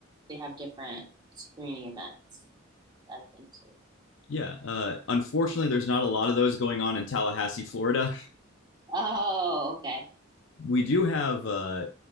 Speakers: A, on the right (about 20°); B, on the left (about 70°).
A: they have different screening events that I've been to.
B: Yeah. Uh, unfortunately, there's not a lot of those going on in Tallahassee, Florida.
A: Oh, okay.
B: We do have uh,